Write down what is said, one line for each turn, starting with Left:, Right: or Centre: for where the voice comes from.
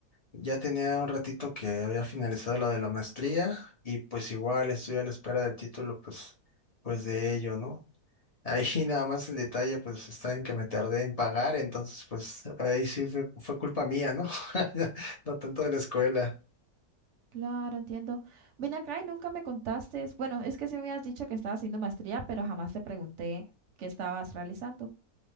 Left: ya tenía un ratito que había finalizado la de la maestría y pues igual estoy a la espera del título, pues, pues de ello, ¿no? Ahí <laughs> nada más el detalle, pues está en que me tardé en pagar, entonces pues ahí sí fue, fue culpa mía, ¿no? <laughs> No tanto de la escuela.
Right: Claro, entiendo. Ven acá y nunca me contaste. Bueno, es que sí me habías dicho que estabas haciendo maestría, pero jamás te pregunté qué estabas realizando.